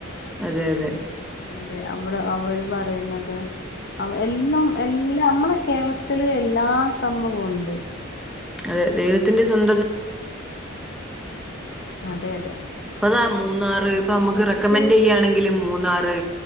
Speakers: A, in the centre; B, on the left (about 50°).
A: അതെ അതെ.
B: അതെ അവടെ അവര് പറയുന്നത്. എല്ലാം, എല്ലാ നമ്മളെ കേരളത്തില് എല്ലാ സംഭവവും ഉണ്ട്.
A: അതെ ദൈവത്തിന്റെ സ്വന്തം.
B: അതെ, അതെ.
A: ഇപ്പതാ മൂന്നാറ്, ഇപ്പ നമുക്ക്- റെക്കമെന്റെയ്യണെങ്കിൽ
B: പക്ഷെ
A: മൂന്നാറ്.